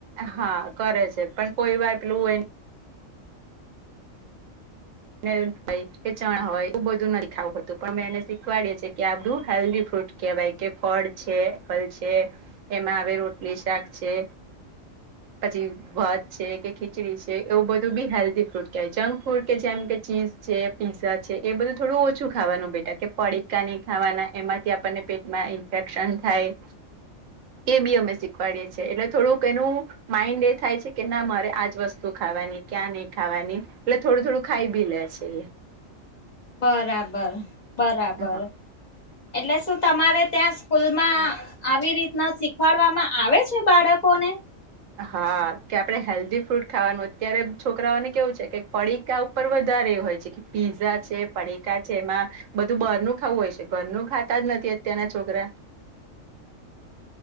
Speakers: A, on the right; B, on the left.
A: હા કરે છે, પણ કોઈ વાર પેલું હોય. હોય કે, ચણા હોય, એ બધું નથી ખાવું હતું, પણ મેં એને શીખવાડયે છે કે આ બધું હેલ્દી ફ્રૂટ. કેહેવાય કે, ફળ છે, ફળ છે, એમાં આવે, રોટની શાક છે.
B: <unintelligible>
A: પછી ભાત છે, કે ખીચડી છે, એવું બધું બી હેલ્ધી ફૂડ કહેવાય, જંક ફૂડ કે જેમ. કે ચીઝ છે, પીઝા છે, એ બધું થોડું ઓછું ખાવાનું બેટાટા કે, પડીકા નહી ખાવાના, એમાંથી આપણને પે માં ઇન્ફેક્શન થાય.
B: <inaudible>
A: એ બી અમે શીખવાડીએ છીએ, એટલે થોડુંક એનું. માઇન્ડ એ થાય છે કે, ના મારે આજ વસ્તુ ખાવાની ક્યાં નહી ખાવાની, એટલે થોડું થોડું. ખાઈ ભી લે છે.
B: બરાબર, બરાબર.
A: હા
B: એટલે શું? તમારે ત્યાં સ્કૂલમાં. આવી રીતના શીખવાડવામાં આવે છે? બાળકો ને.
A: હા, કે આપડે હેલ્ધી ફ્રૂટ ખાવાનું, અત્યારે છોકરાઓને કેવું છે, કે પડીકા ઉપર વધારે એ હોય છે, કે પીઝા છે, પડીકા છે, એમાં બધું બહારનું ખાવું હોય છે, ઘરનું ખાતા જ નથી, અત્યારના છોકરા.